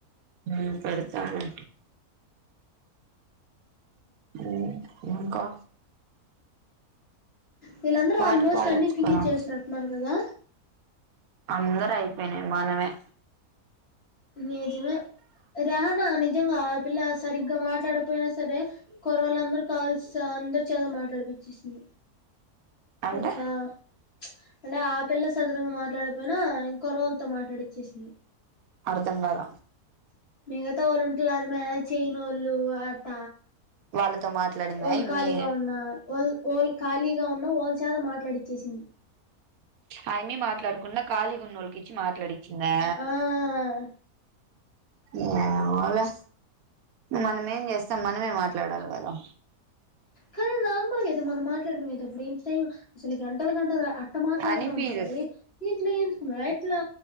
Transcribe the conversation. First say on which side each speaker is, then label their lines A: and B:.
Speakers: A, on the right; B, on the left.
A: మ్మ్ పెడుతా ఆగు మ్మ్ హ్ ఇంకా
B: వీళ్ళందరూ
A: పాట
B: ఆల్మోస్ట్
A: పాడొచ్చు
B: అన్ని ఫినిష్
A: కదా
B: చేసినట్టున్నారు కదా
A: అందరు అయిపోయినాయి మనమే
B: నిజమే రేహనా నిజంగాఆ పిల్ల సరిగ్గా మాట్లాడకపోయినా సరే కుర్రోళ్ళందరితో కాల్స్ అందరి చేత మాట్లాడిపిచ్చేసింది
A: అంటే
B: తెలుసా ప్చ్ అంటే ఆ పిల్ల సరదాగా మాట్లాడకపోయినా ఇంకోకరి తో మాట్లాడిచ్చేసింది
A: అర్ధం కాల
B: మిగతా వాళ్ళు ఉంటలేరమ్మీ చేయనోళ్లు అట
A: వాళ్ళతో మాట్లాడిందా
B: వాళ్ళు ఖాళీగా
A: మీ
B: వాళ్ళు వాళ్ళు ఖాళీగా ఉన్నా వాళ్ళచేత మాట్లాడిచ్చేసింది
A: ఆ అమ్మాయి మాట్లాడకుండ కాళీగున్నోళ్లకి ఇచ్చి మాట్లాడిచ్చిందా
B: ఆ
A: మ్మ్ అలా మనమేం చేస్తాం మనమే మాట్లాడాలి కదా
B: కానీ నార్మల్గా కదా మనం మాట్లాడుకునేప్పుడు ఇంత టైం అసలు గంటలు గంటలు అట్ట మాట్లాడుతా
A: అనిపిదు
B: దేంటి అది దీంట్లో ఎందుకు మే ఇట్లా